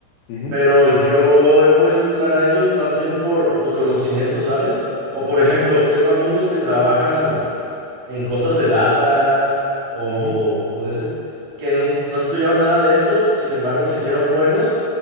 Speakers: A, on the left; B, on the right.
A: ujú,
B: pero yo he podido entrar a ellos más bien por mi conocimiento, ¿sabes? O por ejemplo,
A: ujú,
B: tengo amigos que trabajan en cosas de data o,
A: ujú,
B: o de ese, que nun- no, estudiaron nada de eso, sin embargo se hicieron buenos